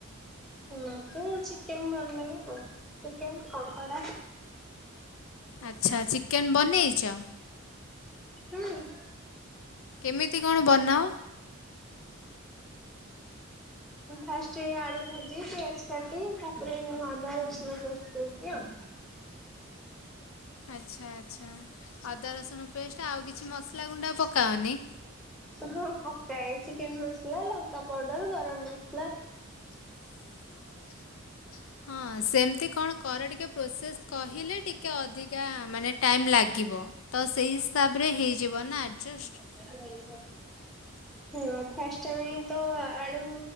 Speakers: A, in the centre; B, on the left.
A: ମତେ ଚିକେନ ଭଲ ଲାଗେ ଚିକେନ କଂକଡା
B: ଆଚ୍ଛା ଚିକେନ ବନେଇଛ
A: ହୁଁ
B: କେମିତି କଣ ବନାଅ
A: ଫାଷ୍ଟ ଆଳୁ ଭାଜି ପିଆଜ କାଟି ତାପରେ ଅଦା ରସ ଛି ଆଉ <unintelligible>
B: ଆଚ୍ଛା ଆଚ୍ଛା ଅଦା ରସୁଣ ପେଷ୍ଟ ଆଉ କିଛି ମସଲା ଗୁଣ୍ଡା ପକାଅନି
A: ହଁ ପକାଏ ଚିକେନ ମସଲା ଲଙ୍କା ପାଉଡର ଗରମ ମସଲା
B: <inaudible> ହଁ ସେମିତି କଣ କରରେ ଟିକେ ପ୍ରୋସେସ୍ କହିଲେ ଟିକେ ଅଧିକା ମାନେ ଟାଇମ୍ ଲାଗିବ ତ ସେହି ହିସାବରେ ହେଇଯିବ ନା ଆଡ଼ଜଷ୍ଟ
A: <unintelligible>
B: <inaudible>
A: ହଁ ଫାଷ୍ଟ ତ ଆଳୁ